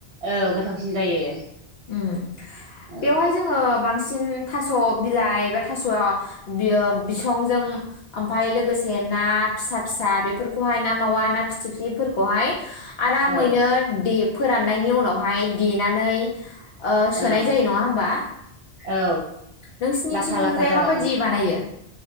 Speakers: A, on the right; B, on the left.
A: औ गोथावसिन जायो।
B: ओम
A: औ
B: बेवहाय जोङो बांसिन थास' बिलाइ बा थास'आव बियो बिसंजों ओमफाय लोगोसे ना फिसा फिसा बेफोरखौहाय ना मावा ना फिथिख्रिफोरखौहाय आरामैनो
A: औ
B: दिप फोराननायनि उनावहाय देनानै ओ सोनाय
A: औ
B: जायो नङा होमबा
A: औ
B: नोंसिनिथिंजाय
A: लाथा लाथा जाबाथाय
B: माबायदि बानायो